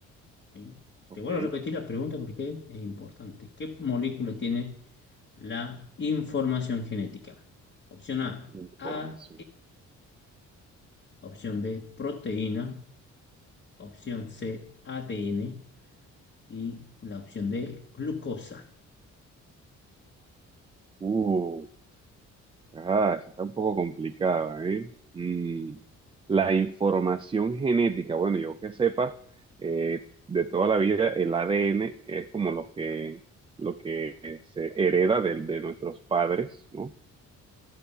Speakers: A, on the left; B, on the right.
A: ¿Sí?
B: ok,
A: Te vuelvo a repetir la pregunta porque es importante. ¿Qué molécula tiene la información genética? Opción A,
B: información.
A: ARN. Opción B, proteína. Opción C, ADN. Y la opción D, glucosa.
B: Uh, ah, esa está un poco complicada, ¿eh? Mm, la información genética, bueno, yo que sepa, eh, de toda la vida el ADN es como lo que, lo que se hereda de, de nuestros padres, ¿no?